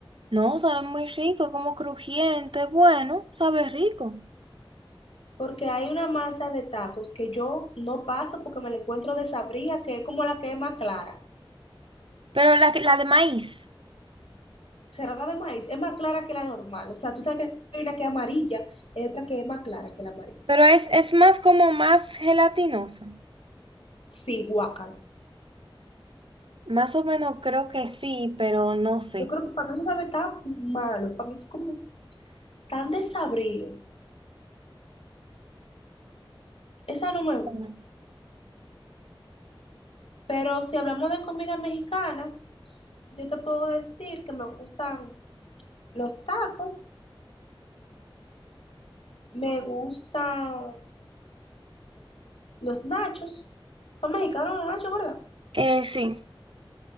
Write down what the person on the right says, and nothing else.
No, sabe muy rico, como crujiente, bueno, sabe rico.
Pero la, que- la de maíz,
pero es, es más como más gelatinosa.
Más o menos creo que sí, pero no sé.
Mm.
Eh, sí.